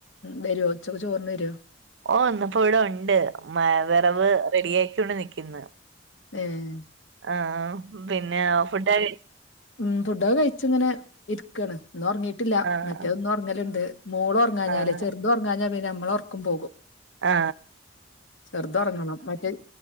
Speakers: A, on the left (about 85°); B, on the right (about 70°).
A: വരോ ഉച്ചക്ക് ചോറിന് വരോ?
B: ഓ ന്ന്പ്പോ വടൊണ്ട് മ വെറവ് റെഡി ആയിക്കൊണ്ട് നിക്കിന്നു
A: ഏഹ്
B: ആഹ് ആഹ് പിന്നെ ഫുഡൊക്കെ കഴി
A: ഉം ഫുഡൊക്കെ കയ്ച്ച്ങ്ങനെ ഇരിക്കാണ് ന്ന് ഒറങ്ങിട്ടില്ല
B: ആ
A: മറ്റേതെന്നൊറങ്ങല്ണ്ട് മോളൊർ ങ്ങാഞ്ഞാല്
B: ആഹ്
A: ചെർതൊർങ്ങാഞ്ഞാ പിന്നെ ഞമ്മളൊർക്കം പോകും
B: ആ
A: ചെർതൊറങ്ങണം മറ്റേ